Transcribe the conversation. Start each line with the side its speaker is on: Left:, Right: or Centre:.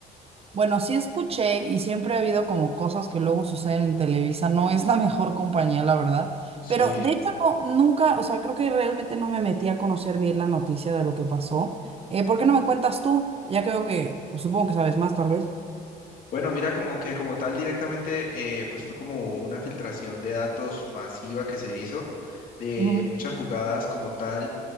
Right: Bueno, sí escuché y siempre ha habido como cosas que luego suceden en Televisa, no es la mejor compañía, la verdad,
Left: Sí,
Right: pero de hecho no, nunca, o sea, creo que realmente no me metí a conocer bien la noticia de lo que pasó. Eh, ¿por qué no me cuentas tú? Ya creo que, pues, supongo que sabes más, tal vez.
Left: Bueno, mira, como que como tal directamente, eh, pues fue como una filtración de datos masiva que se hizo de
Right: Ujú.
Left: muchas jugadas como tal